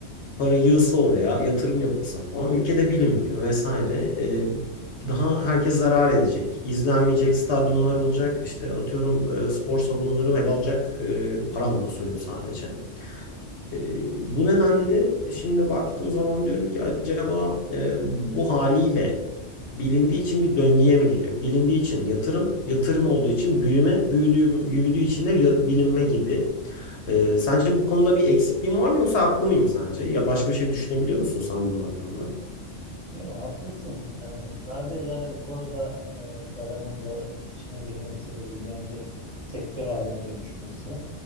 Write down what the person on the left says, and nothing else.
para yığsa oraya, yatırım yapılsa falan ülkede bilinmiyor vesaire. E, daha herkes zarar edecek. İzlenmeyecek stadyumlar olacak. İşte atıyorum e, spor salonları heba olacak. E, para anlamında söylüyorum sadece. E, bu nedenle de şimdi baktığım zaman diyorum ki acaba e, bu haliyle Bilindiği için bir döngüye mi giriyor? Bilindiği için yatırım, yatırım olduğu için büyüme, büyüdüğü, büyüdüğü için de bilinme gibi. Ee, sence bu konuda bir eksikliğim var mı yoksa haklı mıyım sence? Ya başka bir şey düşünebiliyor musun sen bunun hakkında?